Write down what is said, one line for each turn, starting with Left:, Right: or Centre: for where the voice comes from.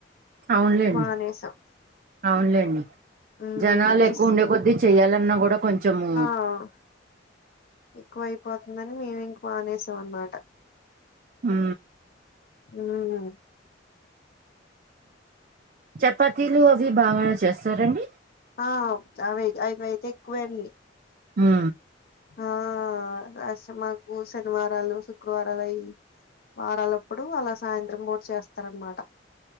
Right: అవునులేండి
Left: మానేసం.
Right: అవునులేండి
Left: ఉమ్
Right: జనాలు ఎక్కువ
Left: ఇస్
Right: ఉండే కొద్ద్దీ చెయాలన్నా కూడా కొంచెము.
Left: అ. ఎక్కువ అయిపోతుందని మేము ఇంక మానేసాం అనమాట.
Right: ఉ.
Left: ఉ.
Right: చపాతీలు అవి బాగానే చేస్తారండి.
Left: ఆ చావే అవయితే ఎక్కువే అండి.
Right: ఉ.
Left: ఆ అస్స మాకు శనివారాలు శుక్రవారాలు అయ్యి. వారాలప్పుడు అలా సాయంత్రం పూట చేస్తారనమట.